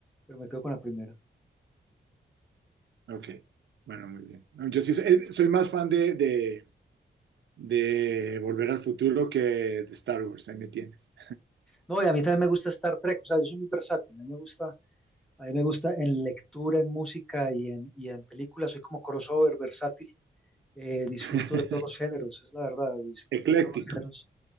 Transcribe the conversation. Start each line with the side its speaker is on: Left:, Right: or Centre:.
Centre: pero me quedo con la primera.
Right: Ok, bueno, muy bien. No, Yo sí soy, eh, soy más fan de, de, de Volver al Futuro que de Star Wars, ahí me tienes.
Centre: No, y a mí también me gusta Star Trek, o sea, yo soy muy versátil, a mí me gusta, a mí me gusta en lectura, en música y en, y en películas, soy como crossover versátil. eh, disfruto
Right: <laughs>
Centre: de todos los géneros, es la verdad, disfruto
Right: Ecléctico.
Centre: de todos los géneros.